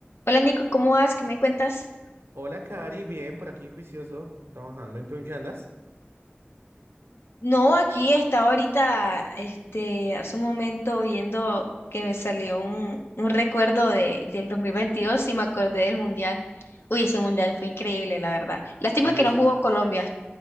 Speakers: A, on the left (about 75°); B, on the right (about 80°).
A: Hola Nico, ¿cómo vas? ¿Qué me cuentas?
B: Hola, Cari, bien, por aquí juicioso, trabajando. ¿Y tú en qué andas?
A: No, aquí estaba ahorita, este, hace un momento viendo que me salió un, un recuerdo de, del 2022 y me acordé del Mundial. Uy, ese Mundial fue increíble, la verdad. Lástima
B: Oye,
A: que
B: es-
A: no jugó Colombia.